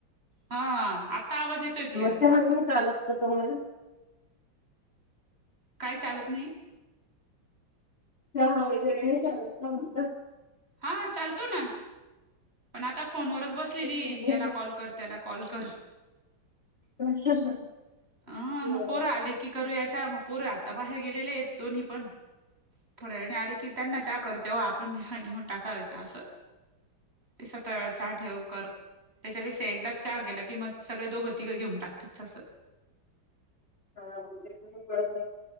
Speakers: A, on the right (about 30°); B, on the left (about 30°).
A: हा आता आवाज येतोय क्लिअर
B: मरच्या
A: आता
B: मधी नाही चालत का कवल
A: काय, चालत नाही?
B: <unintelligible> वेगवेगळी नाही चालत ना म्हंटलं
A: हा चालतो ना, पण आता फोनवरच बसलेली,
B: म्हणतात
A: याला कॉल कर त्याला कॉल कर
B: <unintelligible>
A: ह मग पोरं आले की करूया चहा, म पोरं आता बाहेर गेलेले आहेत दोन्हीपण, थोड्या वेळाने आले कि त्यांना चहा करू तेंव्हा आपण घेऊन टाकायचा असं ते सतरा वेळा चहा ठेव कर त्याच्यापेक्षा एकदाच चहा गेला, की म सगळे दोघं, तिघं घेऊन टाकतात तसं
B: हा उद्या तुम्ही बरं नाही,